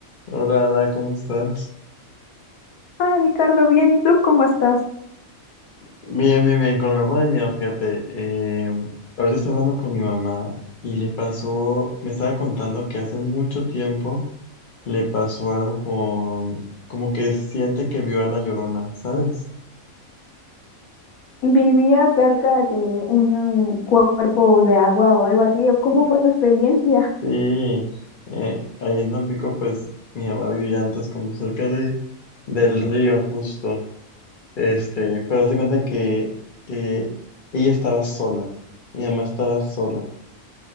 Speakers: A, on the left; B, on the left.
A: Hola Ana, ¿cómo estás?
B: Hola Ricardo, bien, ¿y tú cómo estás?
A: Bien, bien, bien, con algo de miedo, fíjate. eh, ahorita estaba hablando con mi mamá y le pasó, me estaba contando que hace mucho tiempo le pasó algo con, como que siente que vio a la Llorona, ¿sabes?
B: ¿Vivía cerca de un cuerpo de agua o algo así? ¿O cómo fue su experiencia?
A: Sí, eh, ahí en Tampico, pues mi mamá vivía antes como cerca de, del río, justo. Este, pero hace cuenta que eh, ella estaba sola, mi mamá estaba sola.